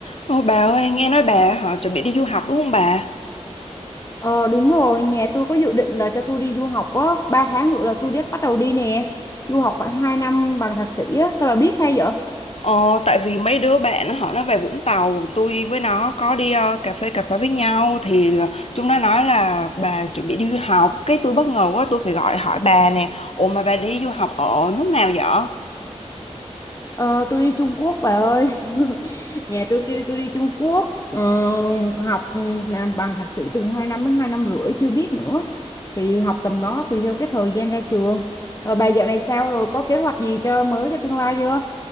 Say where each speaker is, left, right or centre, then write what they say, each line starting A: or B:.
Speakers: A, on the left; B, on the left.
A: Ô bà ơi, nghe nói bà họ chuẩn bị đi du học đúng không bà?
B: Ờ đúng rồi, nhà tôi có dự định là cho tôi đi du học á, 3 tháng nữa là tôi đã bắt đầu đi nè. Du học khoảng 2 năm bằng thạc sĩ á, sao bà biết hay vậy?
A: Ờ, tại vì mấy đứa bạn nó họ nó về Vũng Tàu, tôi với nó có đi ờ, cà phê cà phê với nhau thì ờ, chúng nó nói là bà chuẩn bị đi du học, cái tôi bất ngờ quá tôi phải gọi hỏi bà nè. Ủa mà bà đi du học ở nước nào vậy?
B: Ờ tôi đi Trung Quốc bà ơi. <laughs> Nhà tôi kêu tôi đi Trung Quốc ờ, học ừ, làm bằng thạc sĩ từ 2 năm đến 2 năm rưỡi chưa biết nữa. Thì học tầm đó tùy theo cái thời gian ra trường. Ờ, bà dạo này sao rồi, có kế hoạch gì cho mới cho tương lai chưa?